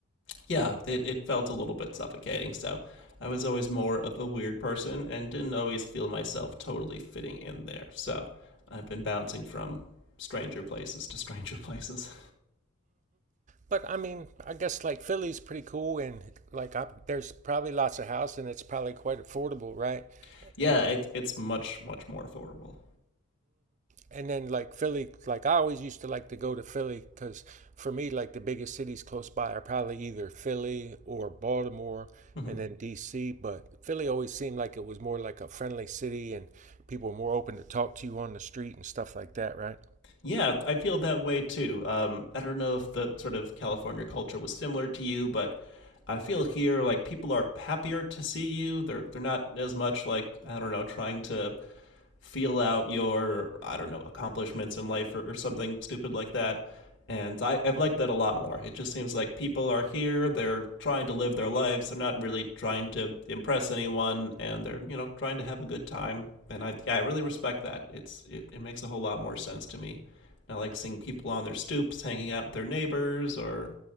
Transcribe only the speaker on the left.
yeah, it, it felt a little bit suffocating. So I was always more of a weird person and didn't always feel myself totally fitting in there. So I've been bouncing from stranger places to stranger places.
<laughs> yeah,
it, it's much, much more affordable.
hmm
Yeah, I feel that way too. Um, I don't know if the sort of California culture was similar to you, but I feel here like people are happier to see you. They're they're not as much like I don't know trying to feel out your I don't know accomplishments in life or, or something stupid like that. And I, I've liked that a lot more. It just seems like people are here. They're trying to live their lives. They're not really trying to impress anyone, and they're you know trying to have a good time and I yeah I really respect that. It's it, it makes a whole lot more sense to me. And I like seeing people on their stoops hanging out with their neighbors, or